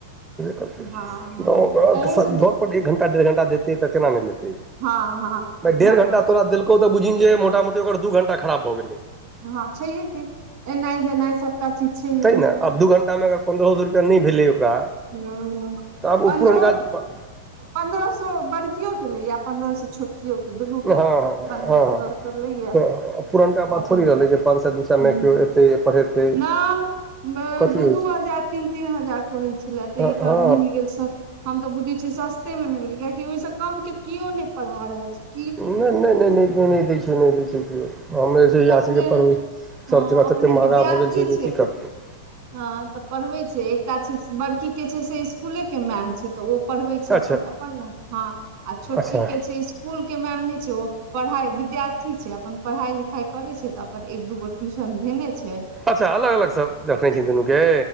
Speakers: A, on the right; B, on the right.
A: प
B: हँ हँ
A: दौड़
B: एहो सब जे
A: एक घण्टा डेढ़ घण्टा देतै तऽ केना नहि लेतै
B: हँ हँ
A: डेढ़
B: घर
A: घं
B: पर
A: टा तोरा देलकौ तऽ बुझिन जे मोटा मोटी ओकर दू घंटा खराब भऽ गेलै
B: हँ छैहे की एनाइ जेनाइ सबटा चीज छै
A: तै
B: भरि
A: ने आब दू घंटामे अगर पन्द्रह सए रुपैआ नहि भेलै ओकरा
B: ह
A: तऽ आब
B: पन्द्रहो
A: ओ पुरनका
B: पन्द्रह सौ बर्चियै के लैय पन्द्रह स छोटकियो के दुनू
A: हँ
B: के
A: हँ
B: पह
A: हँ
B: पन्द्रह सौ लैया
A: तऽ पुरनका बात
B: अपन
A: थोड़ी रहलै जे पाँच सए दू सएमे
B: ह
A: केओ एतै पढ़ेतै
B: न नहि
A: कथी
B: दू
A: होइ
B: दू
A: छै
B: हजार तीन तीन हजार कहै छै छले त ई
A: हँ हँ
B: तऽ मिल टेन्सन हम तऽ बुझे छीय सस्ते मे मिल कियाकि ओहि से कम के कियो नहि पढ़ा रहल छै
A: नहि नहि नहि नहि नहि दै छै द ठ हममे जे
B: ई
A: इएह
B: अपने
A: सब
B: हँ
A: जगह
B: अपने
A: ततेक महगा
B: विद्यार्थी
A: भऽ गेल छै जे की करतै
B: हँ तऽ पढ़बे छै एकटा छै बड़की के छै से इसकुले के मैम छै तऽ ओ पढ़बै छै
A: अच्छा
B: अपन अपन हँ आ छोटकी
A: अच्छा
B: के छै ईस्कुल के मैम न छै ओ पढ़ाई विद्यार्थी छै अपन पढ़ाई लिखाई करे छै तऽ अपन एक दू गो ट्यूशन धेने छै
A: अच्छा अलग अलग सब दखखने छि दुनूके